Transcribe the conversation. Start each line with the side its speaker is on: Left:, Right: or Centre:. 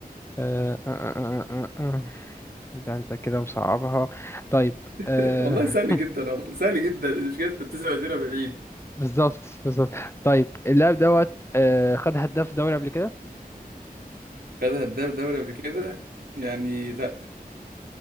Left: آه آه آه آه آه. آه. آه. ده انت كده مصعبها طيب
Right: <laughs>
Left: آه
Right: والله سهل جدا والله سهل جدا مش كده انت بتسال اسئله بعيد
Left: <laughs> بالظبط بالظبط طيب اللاعب دوت آه خد هداف دوري قبل كده
Right: خدها هداف دوري قبل كده يعني لا